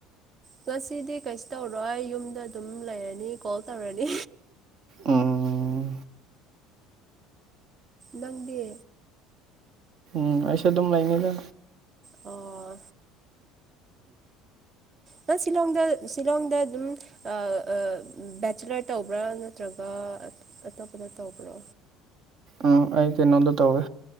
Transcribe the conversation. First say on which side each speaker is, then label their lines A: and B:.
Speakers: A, on the right; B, on the right.
A: ꯉꯁꯤꯗꯤ ꯀꯩꯁꯨ ꯇꯧꯔꯣꯏ ꯌꯨꯝꯗ ꯑꯗꯨꯝ ꯂꯩꯔꯅꯤ ꯀꯣꯜ ꯇꯧꯔꯅꯤ
B: ꯎꯝ
A: ꯅꯪꯗꯤ
B: ꯎꯝ ꯑꯩꯁꯨ ꯑꯗꯨꯝ ꯂꯩꯥꯅꯤꯗ
A: ꯑꯣ ꯅꯪ ꯁꯤꯂꯣꯡꯗ ꯁꯤꯂꯣꯡꯗ ꯑꯗꯨꯝ ꯑ ꯑ ꯕꯦꯆꯤꯂꯔ ꯇꯧꯕ꯭ꯔꯥ ꯅꯠꯇ꯭ꯔꯒ ꯑꯇꯣꯞꯄꯗ ꯇꯧꯕ꯭ꯔꯣ
B: ꯑ ꯑꯩ ꯀꯩꯅꯣꯗ ꯇꯧꯋꯦ